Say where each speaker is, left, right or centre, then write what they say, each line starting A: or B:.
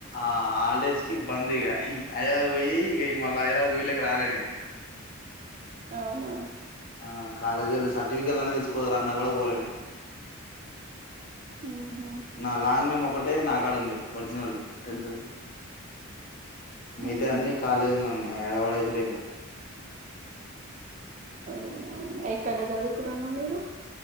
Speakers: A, on the left; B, on the right.
A: ఆ హాలిడేస్ కి బంద్ ఇగ హైదరాబాద్ పోయి ఇక మళ్ళీ హైదరాబాద్ మల్ల ఊళ్ళోకి రాలే నేను
B: అవునా
A: ఆ కాలేజీ ఒళ్ళు సర్టిఫికెట్లు అన్నా తీసుకోవరా అన్నా కూడా పోలే నేను,
B: ఉహు
A: నా లాంగ్ మేమో, ఒకటే నా కాడ ఉంది వర్జినల్ ది టెన్త్ ది మిగతాయి
B: ఉహు
A: అన్ని కాలేజీ లో ఉన్నాయి, ఎడ పడేసి రో ఎమ్ కథ తో
B: అవు అవును ఎక్కడ చదువుకున్నారు మీరు